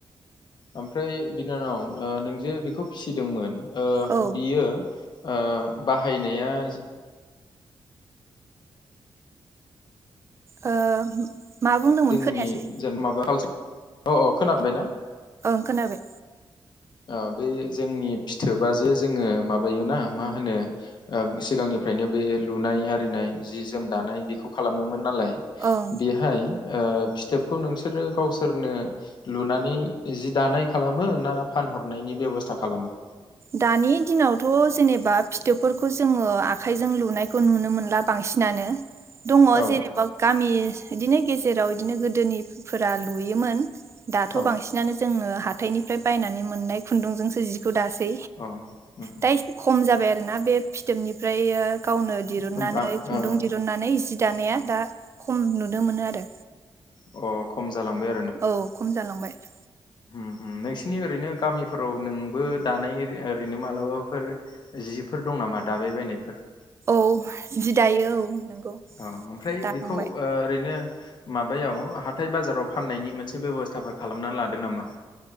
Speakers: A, on the left (about 55°); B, on the right (about 30°).
A: ओमफ्राय बिनानाव ओ नोंजोे बेखौ फिसिदोंमोन ओ
B: औ
A: बियो ओ बाहायनाया ज
B: ओ मा बुंदोंमोन
A: जोंनि
B: खोनायासै
A: जेन माबा कालस अ ओ खोना फिनबायना?
B: ओं खोनाबाय।
A: ओ बे जोंनि फिथोबा जे जोङो माबायोना मा होनो ओ सिगांनिफ्रायनो बे लुनाय आरिनाय जि जोम दानाय बेखौ खालामोमोन। नालाय
B: ओं
A: बेहाय ओ फिथोबखौ नोंसोरो गावसोरनो लुनानै जि दानाय खालामो ना फानहरनायनि बेब'स्था खालामो?
B: दानि दिनावथ' जेनेबा फिथोबफोरखौ जोङो आखाइजों लुनायखौ नुनो मोनला बांसिनानो दङ
A: औ
B: जेनेबा गामि बिदिनो गेजेराव इदिनो गोदोनिफोरा लुयोमोन दाथ'
A: औ
B: बांसिनानो जोंङो हाथ हाथाइनिफ्राय बायनानै मोननाय खुन्दुंजोंसो जिखौ दासै
A: अ उमहो
B: दा एसे <unintelligible> बे फिथोबनिफ्रायो गावनो दिरुननानै
A: होमबा
B: खुन्दुं
A: ओ
B: दिरुननानै दानाया दा खम नुनो मोनो आरो
A: अ खम जालांबाय
B: औ खम जालांबाय। <inaudible>
A: उ उ नोंसोरनि ओरैनो गामिफोराव नोंबो दानाय ओरै ओरैनो मालाबाफोर जिफोर दं नामा दाबाय बायनायफोर?
B: औ जि दायो औ
A: औ ओमफ्राय
B: दाखांबाय
A: बेखौ ओ ओरैनो माबायाव हाथाय बाजाराव फाननायनि मोनसे बेब'स्थाफोर खालामना लादों नामा?